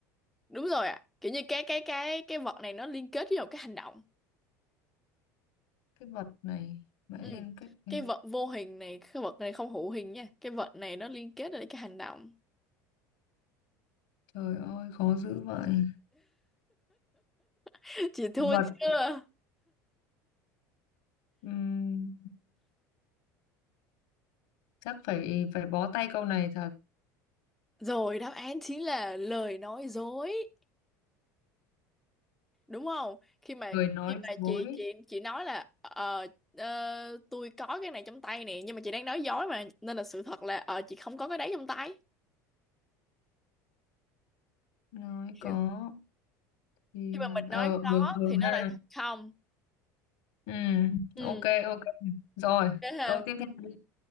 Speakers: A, in the centre; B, on the left.
A: đúng rồi ạ kiểu như cái cái cái cái vật này nó liên kết với một cái hành động
B: Cái vật này mãi
A: ừ.
B: liên kết với...
A: cái vật vô hình này cái vật này không hữu hình nha cái vật này nó liên kết với cái hành động
B: Trời ơi, khó dữ vậy.
A: <laughs> chị thua
B: Vật.
A: chưa
B: Ừm, chắc phải phải bó tay câu này thật
A: rồi đáp án chính là lời nói dối đúng không khi mà
B: người nói
A: khi mà
B: dối
A: chị chị chị nói là ờ ờ, tôi có cái này trong tay nè nhưng mà chị đang nói dối mà nên là sự thật là ờ chị không có cái đấy trong tay
B: nói có
A: Hiểu.
B: thì
A: khi mà mình
B: ờ
A: nói
B: ừ,
A: có
B: ừ,
A: thì nó
B: ha
A: lại thật không
B: ừ
A: ừ
B: ok ok rồi
A: thế ha
B: câu tiếp theo đi